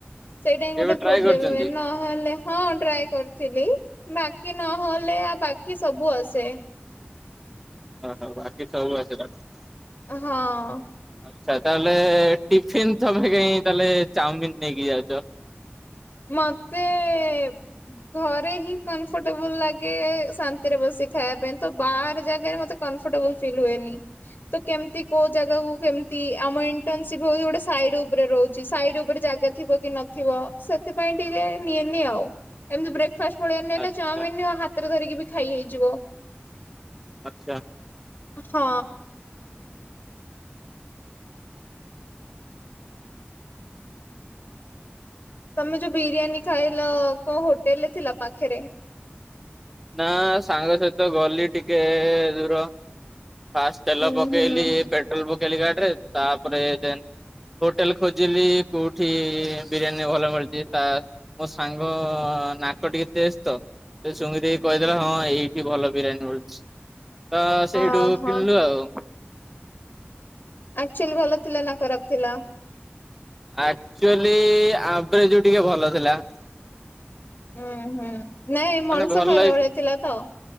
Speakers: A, on the left (about 50°); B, in the centre.
A: ସେଇଟା ହିଁ
B: କେବେ
A: ଗୋଟେ
B: ଟ୍ରାଏ
A: ପ୍ରୋବ୍ଲେମ୍
B: କରିଛନ୍ତି
A: ହୁଏ, ନହେଲେ ହଁ ଟ୍ରାଏ କରିଥିଲି ବାକି ନହେଲେ, ଆଉ ବାକି ସବୁ ଆସେ।
B: ଅହ ବାକି ସବୁ ଆସେ <unintelligible>
A: ଆଁ ହଁ।
B: ଆଛା, ତାହେଲେ ଟିଫିିନ୍ ଥମେ କାଇଁ ତାହେଲେ ଚାଓମିିନ ନେଇକି ଯାଉଚ?
A: ମତେ-ଏଁ ଘରେ ହିଁ କମ୍ଫର୍ଟେବୁଲ ଲାଗେ ଶାନ୍ତିରେ ବସି ଖାଇବା ପାଇଁ। ତ ବାହାର ଜାଗାରେ ମତେ କମ୍ପଫର୍ଟବଲ ଫିଲ୍ ହୁଏନି। ତ କେମିତି କୋଉ ଜାଗାକୁ କେମିତି ଆମ ଇଣ୍ଟର୍ନସିପ ହଉଛି ଗୋଟେ ସାଇଡ଼୍ ଉପରେ ରହୁଚି, ସାଇଡ୍ ଉପରେ ଜାଗା ଥିବ କି ନଥିବ ସେଥ୍ ସେଥିପାଇ ଟିକେ ନିଏନି ଆଉ। ଏମିତି ବ୍ରେକ୍ଫାଷ୍ଟ ଭଳିଆ ନେଲେ
B: ଆଚ୍ଛା
A: ଚାଓମିନ ହା ତରେ ଧରିକି ବି ଖାଇ ହେଇଯିବ।
B: ଆଚ୍ଚା।
A: ହଁ। ତମେ ଯୋଉ ବିରିୟାନୀ ଖାଇଲ କଉ ହୋଟେଲ୍ ଥିଲା ପାଖରେ?
B: ନା, ସାଙ୍ଗ ସହିତ ଗଲି ଟିକେ-ଏ ଦୂର। ଫାଷ୍ଟ୍ ତେଲ
A: ଉୁଁ
B: ପକେଇଲି,
A: ହୁଁ।
B: ପେଟ୍ରୋଲ ପକେଇଲି ଗାଡିରେ। ତା'ପରେ ଯେନ୍ ହୋଟେଲ୍ ଖୋଜିଲି କୋଉଠି ବିରିୟାନୀ ଭଲ ମିଳୁଚି ତା ମୋ ସାଙ୍ଗ ନାକ ଟିକେ ତେଜ୍ ତ, ସେ ସୁଙ୍ଗି ଦେଇ କହିଦେଲା ହଁ, ଏଇଠି ଭଲ ବିରିୟାନୀ ମିଳୁଚି ତ, ସେଇଠୁ
A: ଓହୋ
B: କିଣିଲୁ ଆଉ।
A: ଆକ୍ଚୁଆଲି ଭଲ ଥିଲା ନା ଖରାପ ଥିଲା?
B: ଆକ୍ଚୁଆଲି! ଆଭରେଜ୍ ରୁ ଟିକେ ଭଲ ଥିଲା।
A: ଉଁ, ହୁଁ, ନାଇଁ
B: ମାନେ
A: ମଣିଷ
B: ଭଲ
A: ଖାଇଲା ଭଳିଆ ଥିଲା ତ?